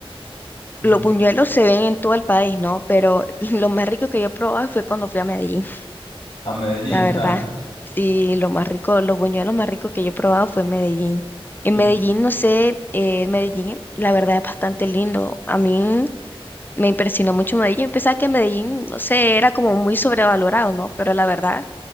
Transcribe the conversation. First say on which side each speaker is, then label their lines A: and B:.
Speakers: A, on the left (about 60°); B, on the left (about 20°).
A: Ujú.
B: los buñuelos se ven en todo el país, ¿no? Pero <laughs> lo más rico que yo he probado fue cuando fui a Medellín.
A: A Medellín.
B: la verdad.
A: <laughs>
B: Sí, lo más rico, los buñuelos más ricos que yo he probado fue en Medellín. En
A: Y
B: Medellín,
A: qui-
B: no sé, eh, Medellín, la verdad es bastante lindo. A mí me impresionó mucho Medellín. Pensaba que Medellín, no sé, era como muy sobrevalorado, ¿no? Pero la verdad